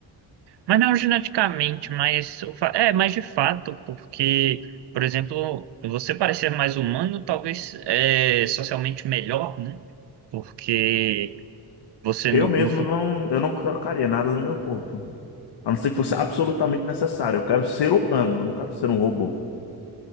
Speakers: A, on the right; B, on the left.
A: Mas não geneticamente, mas o fa- é, mas de fato, porque, por exemplo, você parecer mais humano talvez é socialmente melhor, né? Porque você no,
B: Eu mesmo
A: no futuro.
B: não, eu não trocaria nada no meu corpo. A não ser que fosse absolutamente necessário. Eu quero ser humano, eu não quero ser um robô.